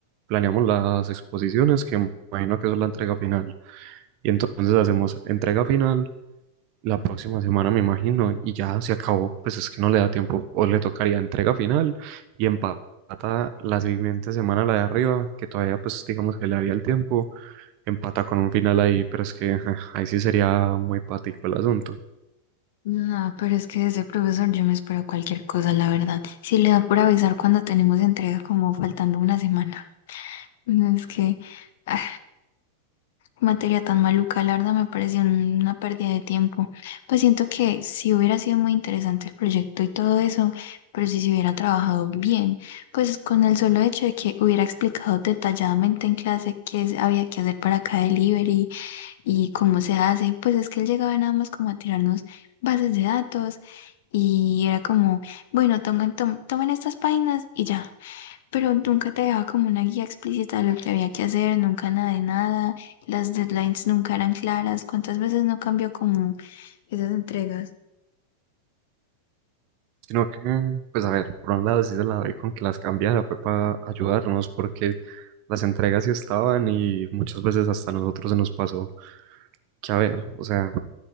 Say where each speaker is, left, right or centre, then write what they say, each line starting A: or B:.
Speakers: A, on the right; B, on the left.
A: planeamos las exposiciones, que me imagino que eso es la entrega final. Y entonces hacemos entrega final la próxima semana, me imagino, y ya se acabó. Pues es que no le da tiempo. O le tocaría entrega final y empata la siguiente semana la de arriba, que todavía, pues digamos que le daría el tiempo. empata con un final ahí, pero es que ajá, ahí sí sería muy patico el asunto.
B: No, pero es que de ese profesor yo me espero cualquier cosa, la verdad. Si le da por avisar cuando tenemos entrega, como faltando una semana. No, Es que ah, materia tan maluca, la verdad me pareció una pérdida de tiempo. Pues siento que si hubiera sido muy interesante el proyecto y todo eso, pero si se hubiera trabajado bien, pues con el solo hecho de que hubiera explicado detalladamente en clase qué es- había que hacer para cada delivery y cómo se hace, pues es que él llegaba nada más como a tirarnos bases de datos y era como, bueno, tomen, tom- tomen estas páginas y ya. Pero nunca te dejaba como una guía explícita de lo que había que hacer, nunca nada de nada, las deadlines nunca eran claras, ¿cuántas veces no cambió como esas entregas?
A: Sino que, pues a ver, por un lado sí se la doy con que las cambiara, fue para ayudarnos, porque las entregas sí estaban y muchas veces hasta a nosotros se nos pasó que, a ver, o sea,